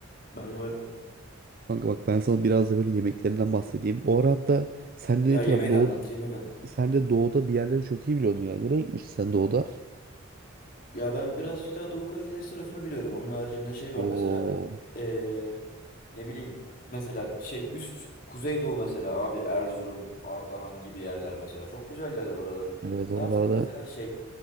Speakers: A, on the left (about 40°); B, on the right (about 45°).
A: Ben varım.
B: Kanka bak ben sana biraz da böyle yemeklerinden bahsedeyim. O ara hatta sen
A: Ya
B: de ne
A: yemek
B: tarafı doğu
A: anlat, yemek anlat.
B: sen de doğuda bir yerleri çok iyi biliyordun yani. Nereye gitmiştin sen doğuda?
A: Ya ben birazcık daha Doğu Karadeniz tarafını biliyorum. Onun haricinde şey
B: Oo
A: var mesela eee, ne bileyim mesela şey üst Kuzeydoğu mesela abi Erzurum, Ardahan gibi yerler mesela çok güzel yerler oraların.
B: evet oralarda
A: Daha çok mesela şey